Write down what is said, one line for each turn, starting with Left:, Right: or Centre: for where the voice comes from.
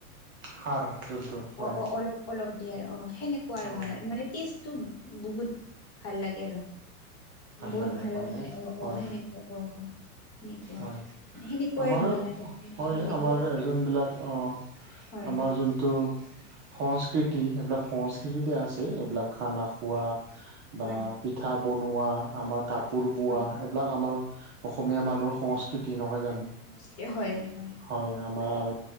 Right: সাৰ যোনটো হয়
Left: অ', অ' অলপ অলপ দিয় আৰু অ' সেনেকুৱা আৰু
Right: অ
Left: মানে মানে টেষ্ট তো বহুত ভাল লাগে আৰু বহুত
Right: লাগে
Left: ভাল
Right: হয়নে
Left: হয় মানে অ',
Right: হয়
Left: অ' সেনেকুৱা অ' হয়। সেনেকুৱা
Right: হয়।
Left: সেনেকুৱাই
Right: আমাৰো
Left: বনালে এনেকুৱা
Right: হয়। আমাৰ
Left: বনাই
Right: যোনবিলাক অ'
Left: হয়
Right: আমাৰ যোনটো সংস্কৃতি এইবিলাক সংস্কৃতিতে আছে। এইবিলাক খানা খোৱা
Left: হয়
Right: বা পিঠা বনোৱা আমাৰ কাপোৰ বোৱা
Left: হয়
Right: এইবিলাক আমাৰ অসমীয়া মানুহৰ সংস্কৃতি নহয় জানো।
Left: <unintelligible> হয়-হয়।
Right: হয় আমাৰ